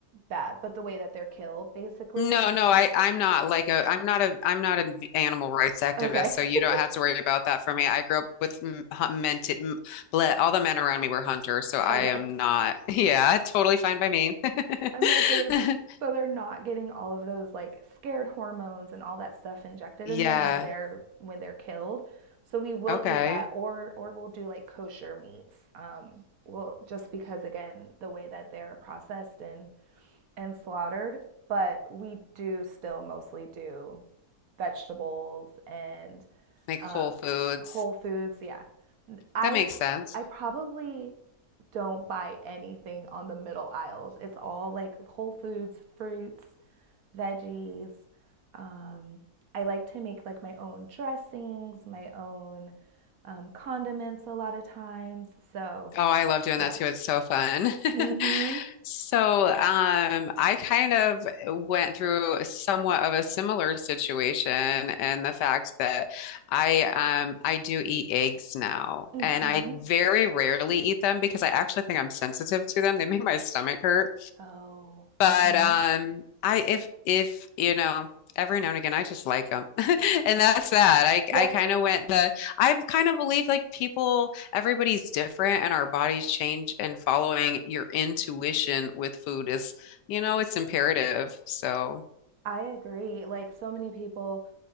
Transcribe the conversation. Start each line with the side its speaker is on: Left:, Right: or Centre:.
Right: bad, but the way that they're killed, basically.
Left: No, no, I I'm not like a I'm not a I'm not an animal rights activist,
Right: Okay.
Left: so you
Right: <laughs>
Left: don't have to worry about that for me. I grew up with m- hu- men to, m- ble- all the men around me were hunters, so I
Right: Okay.
Left: am not. <laughs> Yeah, totally fine by me. <laughs>
Right: I'm like they so they're not getting all of those like scared hormones and all that stuff injected
Left: Yeah.
Right: in them when they're when they're killed. So we will
Left: Okay.
Right: eat that or or we'll do like kosher meats. Um, well, just because again the way that they're processed and and slaughtered, but we do still mostly do vegetables and
Left: Like
Right: um,
Left: Whole Foods.
Right: Whole Foods. Yeah, I
Left: That makes sense.
Right: I probably don't buy anything on the middle aisles. It's all like Whole Foods, fruits, veggies. Um, I like to make like my own dressings, my own um, condiments a lot of times. So,
Left: Oh, I love doing
Right: yeah.
Left: that too. It's so fun. <laughs>
Right: Mm-hmm.
Left: So, um, I kind of went through somewhat of a similar situation and the fact that I um I do eat eggs now
Right: Mm-hmm.
Left: and I very rarely eat them because I actually think I'm sensitive to them. They make my stomach hurt.
Right: Oh.
Left: But
Right: Mm-hmm.
Left: um, I if if you know every now and again I just like them, <laughs> and that's that. I
Right: Yeah.
Left: I kind of went the I kind of believe like people everybody's different and our bodies change and following your intuition with food is you know it's imperative. So
Right: I agree. Like so many people,